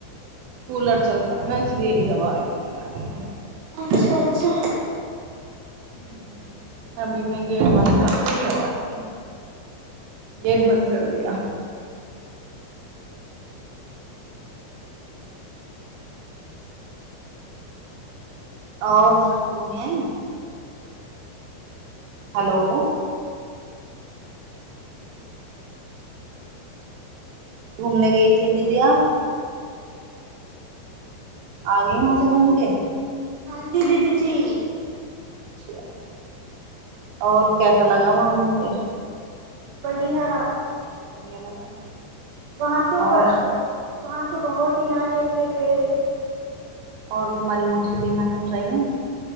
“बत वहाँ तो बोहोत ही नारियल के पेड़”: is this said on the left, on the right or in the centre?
Right